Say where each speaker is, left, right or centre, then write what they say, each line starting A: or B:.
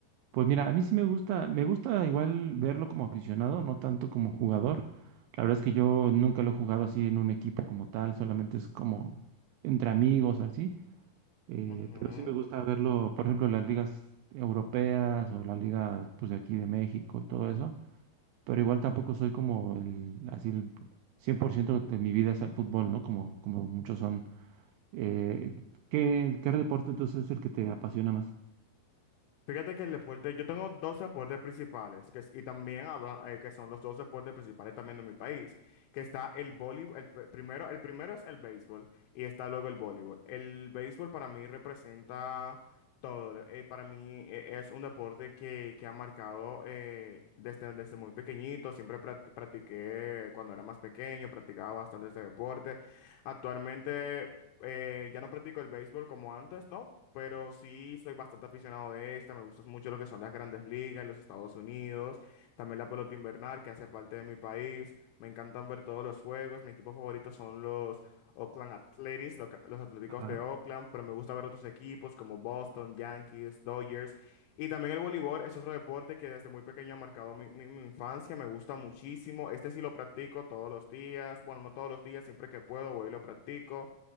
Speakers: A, on the right (about 85°); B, on the left (about 80°).
A: Pues mira, a mí sí me gusta, me gusta igual verlo como aficionado, no tanto como jugador. La verdad es que yo nunca lo he jugado así en un equipo como tal, solamente es como entre amigos, así. Eh,
B: Ujú.
A: pero sí me gusta verlo, por ejemplo, en las ligas europeas o la liga, pues, de aquí de México y todo eso. pero igual tampoco soy como el, así el 100% de mi vida es el fútbol, ¿no? Como, como muchos son. Eh, ¿qué, qué deporte entonces es el que te apasiona más?
B: Fíjate que el deporte, yo tengo dos deportes principales, que, es- y también habla- eh, que son los dos deportes principales también de mi país, que está el voleibol, el pr- primero, el primero es el béisbol y está luego el voleibol. El béisbol para mí representa todo, eh, para mí eh, es un deporte que, que ha marcado eh, desde, desde muy pequeñito, siempre prac- practiqué cuando era más pequeño, practicaba bastante este deporte. Actualmente eh, ya no practico el béisbol como antes, ¿no? pero sí soy bastante aficionado de esta, me gustan mucho lo que son las grandes ligas en los Estados Unidos, también la pelota invernal que hace parte de mi país, me encantan ver todos los juegos, mi equipo favorito son los Oakland Athletics, lo que- los Atléticos
A: Ajá.
B: de Oakland, pero me gusta ver otros equipos como Boston, Yankees, Dodgers, y también el voleibol es otro deporte que desde muy pequeño ha marcado mi, mi- mi infancia, me gusta muchísimo, este sí lo practico todos los días, bueno, no todos los días, siempre que puedo voy y lo practico.